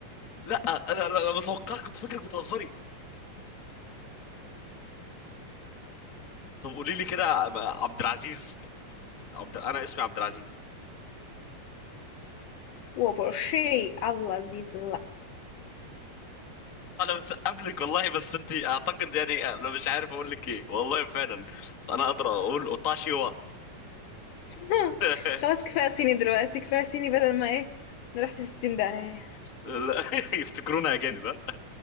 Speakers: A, on the left; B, on the left.
A: لا انا انا أنا متوقع كنت فاكرك بتهزري طب قولي لي كده عبد العزيز عبد... انا اسمي عبد العزيز
B: وبرشي الله عزيز
A: انا مسقف لك والله بس انت اعتقد يعني انا مش عارف اقول لك ايه والله فعلا انا اقدر اقول اوتاشيوا
B: <laughs>
A: <laughs>
B: خلاص كفاية صيني دلوقتي كفاية صيني بدل ما ايه نروح في ستين داهية
A: لا <laughs> يفتكرونا اجانب ها؟